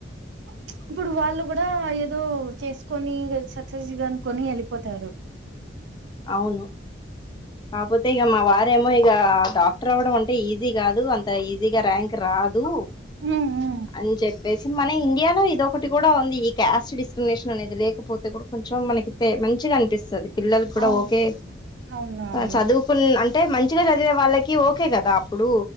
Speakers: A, on the right (about 70°); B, on the left (about 25°).
A: ప్చ్ ఇప్పుడు వాళ్ళు కూడా ఏదో చేసుకొని వాల్ సక్సెస్గ అనుకోని వెల్ పోతారు
B: అవును కాకపోతే ఇగ మా వార్ రేమో ఇక డాక్టర్ అవ్వడం అంటే ఈజీ కాదు అంత ఈజీగా ర్యాంక్ రాదు.
A: హ్మ్ హ్మ్
B: అన్ చెప్ చెప్పేసి మన ఇండియాలో ఇదొకటి కూడా ఉంది ఈ క్యాస్ట్ డిస్క్రిమినేషన్ అనేది లేకపోతే కూడా కొంచెం మనకి తే మంచిగా అనిపిస్తుంది. పిల్లల్ కూడా
A: అవును
B: ఓకే
A: అవునవును
B: చదువ్కోన్ అంటే మంచిగా చదివే వాళ్ళకి ఓకే కదా అప్పుడు